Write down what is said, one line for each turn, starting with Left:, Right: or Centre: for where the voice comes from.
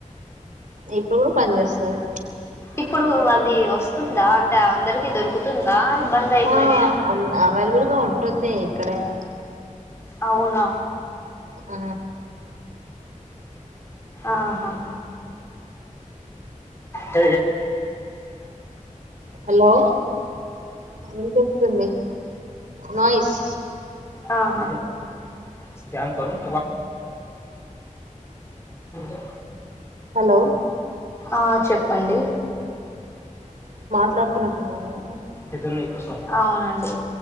Right: ఇప్పుడు గూడ పని చేస్తది
Left: ఇప్పుడు అది వస్తుందా అంటే అ అందరికీ దొరుకుతుందా బంద్ అయిపోయినాయా
Right: ఆహ్ అన్ అవైలబుల్ గా ఉంటుంది ఎక్కడైనా
Left: అవునా
Right: ఆ
Left: ఆహా <unintelligible> అ
Right: హలో వినిపిస్తుంది నాయిస్
Left: ఆ అహ స్క్యాన్ కడు <unintelligible>
Right: హలో
Left: ఆ చెప్పండి
Right: మాట్లాడ్తున్నట్టున్నావైతే
Left: ఇద్దన్న ఎక్కస అవునండి